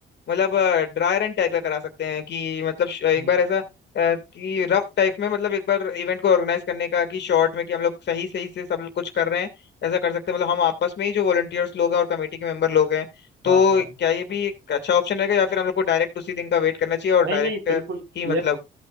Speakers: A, on the left; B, on the right.
A: मतलब ड्राई रन टाइप का करा सकते हैं कि मतलब श- एक
B: हम्म,
A: बार ऐसा अ, कि रफ टाइप में मतलब एक बार इवेंट को ऑर्गेनाइज करने का कि शॉर्ट में कि हम लोग सही सही से सब लोग कुछ कर रहे हैं ऐसा कर सकते हैं मतलब हम आपस में ही जो वॉलंटियर्स लोग हैं और कमेटी के मेंबर लोग हैं
B: हाँ
A: तो
B: हाँ
A: क्या ये भी एक अच्छा ऑप्शन रहेगा या फिर हम लोग को डायरेक्ट उसी दिन का वेट करना चाहिए और
B: नहीं
A: डायरेक्ट
B: नहीं बिल्कुल
A: ही
B: ये
A: मतलब